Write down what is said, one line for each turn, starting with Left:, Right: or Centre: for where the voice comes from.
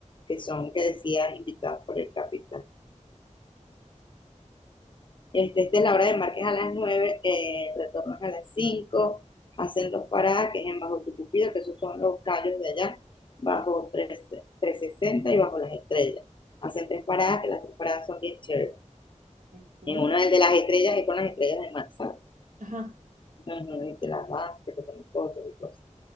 Left: que son, que decía, invitados por el capitán. Este, esta es la hora de Márquez a las nueve eh, retornos a las cinco hacen dos paradas, que es en Bajo Tucupido, que esos son los callos de allá, bajo
Right: ok,
Left: tres sesenta y bajo las estrellas. Hacen tres paradas, que las tres paradas son bien chéveres.
Right: qué cool.
Left: En una de las estrellas es con las estrellas de mar, ¿sabes?
Right: Ajá.
Left: Ujú, Y te las vas, que te pones fotos y cosas